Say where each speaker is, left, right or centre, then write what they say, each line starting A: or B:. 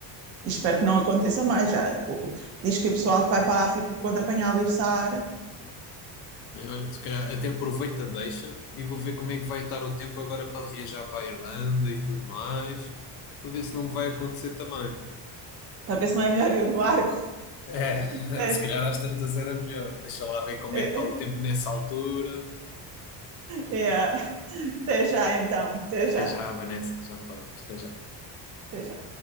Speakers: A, on the right; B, on the left.
A: espero que não aconteça mais. Já, diz que o pessoal que vai para a África quando apanhar ali o Saara,
B: Bem, Olha, se calhar até aproveito a deixa e vou ver como é que vai estar o tempo agora para viajar para a Irlanda e tudo mais. Vou ver se não me vai acontecer também.
A: para ver se não é melhor ir do barco.
B: É, <laughs>
A: Até,
B: se calhar às tantas era melhor. Deixa lá ver como
A: é,
B: é que está o tempo nessa altura.
A: é, é, até já, então. Até já.
B: Até já, Vanessa, já falamos. Até já.
A: Até já.